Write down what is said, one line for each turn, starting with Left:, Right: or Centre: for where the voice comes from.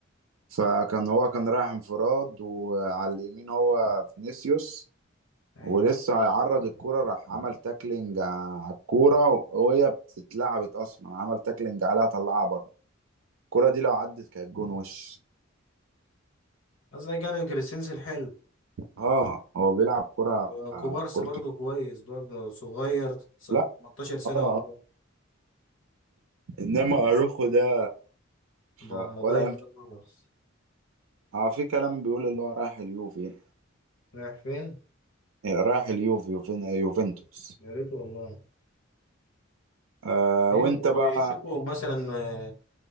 Right: فكان هو كان رايح انفراد وعلى اليمين هو فينيسيوس
Left: ايوه
Right: ولسه هيعرض الكرة راح عمل تاكلينج ع- على الكورة وهي بتتلعبت اصلا عمل تاكلينج عليها طلعها بره الكرة دي لو عدت كانت جون وش
Left: قصدك يعني كريستنسن حلو
Right: اه هو بيلعب كرة
Left: وكوبارسي
Right: كورته
Left: برضو كويس برضو صغير 19
Right: لا
Left: سنة
Right: اه
Left: وكده
Right: آه. انما اروخو ده
Left: ده
Right: آه، ولا
Left: ضيع
Right: ينفع
Left: ده خالص
Right: اه في كلام بيقول اللي هو رايح اليوفي
Left: رايح فين؟
Right: آه، رايح اليوفي يوفين- يوفنتوس
Left: يا ريت والله
Right: آه
Left: شيكو
Right: وانت بقى
Left: شيكو مثلا آه،